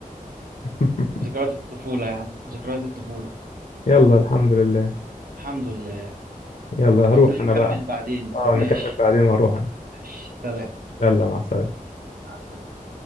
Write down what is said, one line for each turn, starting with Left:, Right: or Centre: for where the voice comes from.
Left: <laughs>
Right: ذكريات الطفولة يا عم ذكريات الطفولة
Left: يلا الحمد لله
Right: الحمد لله
Left: يلا هروح
Right: لو كده نكمل
Left: انا بقى
Right: بعدين بقى
Left: اه
Right: ماشي
Left: نكمل بعدين وهروح انا
Right: ماشي سلام
Left: يلا مع السلامة
Right: مع السلامة